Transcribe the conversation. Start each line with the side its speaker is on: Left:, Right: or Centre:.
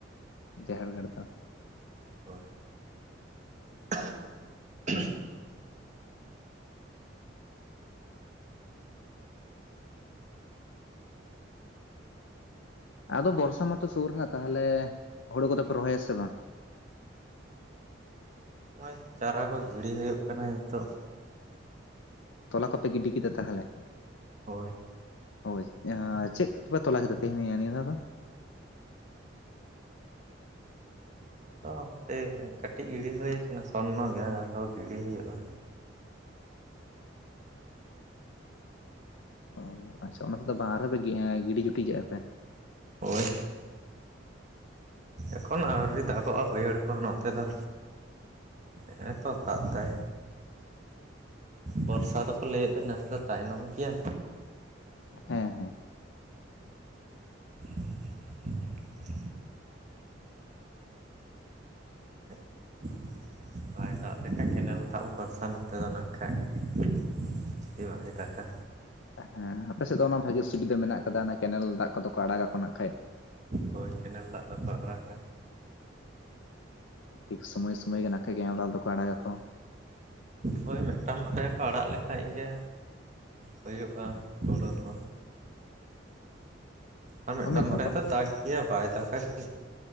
Left: ᱡᱟᱦᱮᱨ ᱜᱟᱲ ᱫᱚ᱾
Right: ᱦᱳᱭ <inaudible>
Left: ᱟᱫᱚ ᱵᱚᱨᱥᱟ ᱢᱟᱛᱚ ᱥᱩᱨ ᱮᱱᱟ ᱛᱟᱦᱚᱞᱮ ᱦᱩᱲᱩ ᱠᱚᱫᱚ ᱯᱮ ᱨᱚᱦᱚᱭᱟ ᱥᱮ ᱵᱟᱝ?
Right: ᱱᱚᱜᱼᱚᱭ ᱪᱟᱨᱟ ᱠᱚ ᱜᱤᱲᱤ ᱦᱩᱭᱩᱜ ᱠᱟᱱᱟ ᱱᱤᱛᱚᱜ᱾
Left: ᱛᱚᱞᱟ ᱠᱚᱯᱮ ᱜᱤᱰᱤ ᱠᱮᱫᱟ ᱛᱟᱦᱚᱞᱮ?
Right: ᱦᱳᱭ
Left: ᱦᱳᱭ ᱪᱮᱫ ᱠᱚᱯᱮ ᱛᱚᱞᱟ ᱠᱮᱫᱟ <unintelligible> ᱱᱤᱭᱟᱹ ᱫᱷᱟᱣ ᱫᱚ?
Right: ᱟᱫᱚ ᱦᱟᱯᱮ ᱠᱟᱹᱴᱤᱡ ᱜᱤᱲᱤ ᱦᱩ ᱠᱟᱱᱟ ᱥᱚᱨᱱᱚ ᱜᱮ ᱟᱨᱦᱚᱸ ᱜᱤᱲᱤ ᱦᱩᱭᱩᱜᱼᱟ
Left: ᱚ ᱟᱪᱪᱷᱟ ᱚᱱᱟ ᱛᱮᱫᱚ ᱵᱟᱝ ᱟᱨᱦᱚᱸ ᱯᱮ ᱜᱤᱰᱤ ᱡᱩᱴᱤᱡᱟᱜᱼᱟ ᱯᱮ᱾
Right: ᱦᱳᱭ ᱮᱠᱷᱚᱱ ᱟᱹᱣᱨᱤ ᱫᱟᱜᱚᱜᱼᱟ ᱵᱟᱹᱭᱦᱟᱹᱲ ᱠᱚ ᱱᱚᱛᱮ ᱫᱚ᱾ ᱦᱮᱸᱜ ᱮ ᱛᱚ ᱫᱟᱜ ᱫᱟᱭ ᱵᱚᱨᱥᱟ
Left: ᱟᱪᱪᱷᱟ ᱟᱪᱪᱷᱟ
Right: ᱫᱚᱠᱚ ᱞᱟᱹᱭᱮᱫ ᱫᱚ ᱱᱮᱥ ᱫᱚ ᱛᱟᱭᱱᱚᱢ ᱜᱮᱭᱟ
Left: ᱦᱮᱸ ᱦᱮᱸ
Right: <inaudible> <inaudible> ᱵᱟᱭ ᱫᱟᱜ ᱞᱮᱠᱷᱟᱱ ᱠᱮᱱᱮᱞ ᱫᱟᱜ ᱵᱷᱚᱨᱥᱟ ᱱᱚᱛᱮ ᱫᱚ ᱱᱟᱦ ᱠᱷᱟᱡ <unintelligible> ᱛᱮ ᱵᱟᱭ ᱫᱟᱠᱟ
Left: ᱦᱮᱸ ᱟᱯᱮ ᱥᱮᱫ ᱫᱚ ᱚᱱᱟ ᱵᱷᱟᱜᱮ ᱥᱩᱵᱤᱫᱷᱟ ᱢᱮᱱᱟᱜ ᱠᱟᱫᱟ ᱚᱱᱟ ᱠᱮᱱᱮᱞ ᱫᱟᱜ ᱠᱚᱫᱚ ᱠᱚ ᱟᱲᱟᱜᱟᱠᱚ ᱱᱟᱜ ᱠᱷᱟᱡ
Right: ᱦᱳᱭ ᱠᱮᱱᱮᱞ ᱫᱟᱜ ᱫᱚᱠᱚ ᱟᱲᱟᱜᱟ
Left: ᱴᱷᱤᱠ ᱥᱳᱢᱚᱭ ᱥᱳᱢᱚᱭ ᱜᱮ ᱱᱟᱜ ᱠᱷᱟᱡ ᱜᱮ ᱮᱢᱞᱟᱞ ᱫᱚᱠᱚ ᱟᱲᱟᱜᱟᱠᱚ᱾
Right: ᱦᱳᱭ ᱢᱤᱫᱴᱟᱱ ᱵᱟᱠᱷᱟᱡ ᱠᱚ ᱟᱲᱟᱜ ᱞᱮᱠᱷᱟᱡ ᱜᱮ ᱦᱳᱭᱳᱜᱼᱟ ᱦᱳᱲᱳ ᱫᱚ ᱟᱨ ᱢᱤᱫᱴᱟᱱ
Left: ᱢᱤᱫ ᱫᱷᱟᱣ
Right: ᱵᱟᱨᱭᱟ
Left: ᱠᱚ
Right: ᱫᱚ ᱫᱟᱜᱽ ᱜᱮᱭᱟ ᱵᱟᱭ ᱫᱟᱜᱟ ᱠᱤ